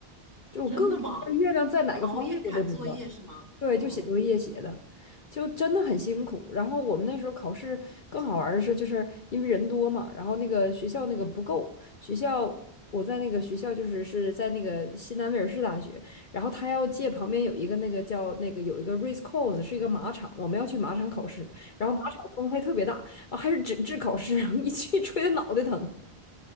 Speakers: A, on the left; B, on the right.
A: 就我各个时间段月亮在哪个方位我都知道。
B: 真的吗？就熬夜赶作业是吗？
A: 对，
B: 嗯。
A: 就写作业写的，就真的很辛苦。然后我们那时候考试更好玩儿的是，就是因为人多嘛，然后那个学校那个不够，学校我在那个学校就是是在那个西南威尔士大学，然后他要借旁边有一个那个叫那个有一个 race course 是一个马场，我们要去马场考试，然后马场风还特别大啊，还是纸质考试，<laughs> 一去吹的脑袋疼。